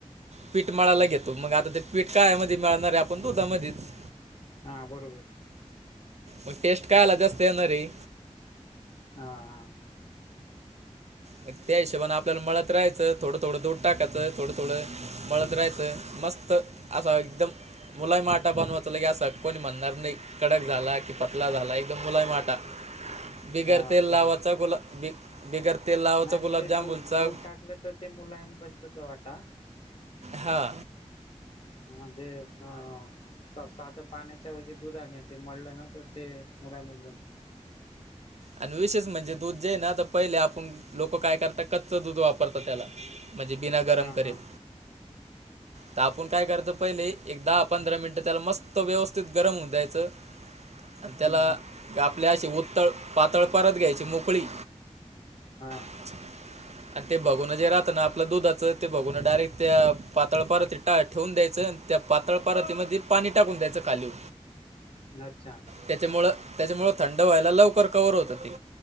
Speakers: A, on the right; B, on the left.
A: पीठ माळायला घेतो, मग आता ते पीठ काय मध्ये मिळणार आहे आपण तू मध्येच
B: हा बरोबर.
A: मग टेस्ट काय आला जास्त येणार री
B: हा हा
A: मग त्या हशबाने आपल्याला मळत रहायचं थोडं थोडं दूध टाकायचं थोडंथडं. मळत राहायचं मस्त असा एकदम- मुलायम आटा बनवाचा की असं कोणी म्हणणार नाही. कडक झाला कि पतला झाला एकदम मुलाई माटा. बिगर
B: हा
A: तेल
B: बरोबर
A: लावायचां गुला बि बिगर तेल लावायचं
B: नाही आणि
A: गुलाबजाबुलचा.
B: ते दूध दूध टाकलं तर ते मुलायम बनत तो आटा.
A: हां
B: म्हणजे अ... सा साधं पाण्याच्या एवजी दूधानी ते मळलं ना तर ते मुलायमच बनते.
A: आणि विशेष म्हणजे दूध जे आहे ना तर पहिले आपण लोक काय करतात कच्च दूध वापरतात त्याला. म्हणजे बिना गरम
B: हा
A: करेल.
B: हा
A: तर आपण काय करतो पहिले एक दहा, पंधरा मिनिटं त्याला मस्त व्यवस्थित गरम होऊन द्यायच. <unintelligible> आणि त्याला
B: हम्म हम्म
A: आपल्या अशी उत्तळ पातळ परत घ्यायची मोकळी
B: हा.
A: <inaudible> आणि ते बघून जे राहत ना आपलं दुधाचं ते बघून डायरेक्ट त्या पातळ परातीत टाक ठेवून द्यायचं आणि त्या पातळ पराती मध्ये पाणी टाकून द्यायचं खाली
B: अच्छा
A: त्याच्यामुळ, त्याच्यामुळ थंड व्हायला
B: ते
A: लवकर बर होत ते.